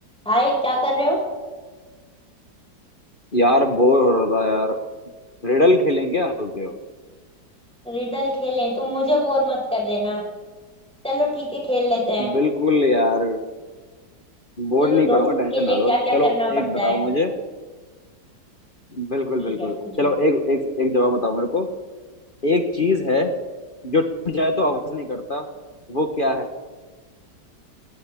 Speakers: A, in the centre; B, on the left.
A: भाई क्या कर रहे हो
B: यार बोर हो रहा था यार रिडल खेलें क्या बोलते हो
A: रिडल खेलें तुम मुझे बोर मत कर देना चलो ठीक है खेल लेते हैं
B: बिल्कुल यार बोर
A: चलो
B: नहीं
A: दोस्त
B: करूंगा टेंशन
A: के लिए
B: ना
A: क्या
B: लो
A: क्या
B: चलो
A: करना पड़ता
B: एक बताओ
A: है
B: मुझे बिल्कुल
A: ठीक
B: बिल्कुल
A: है पूछो
B: चलो एक एक एक जवाब बताओ मेरे को एक चीज है जो टूट जाए तो आवाज नहीं करता वो क्या है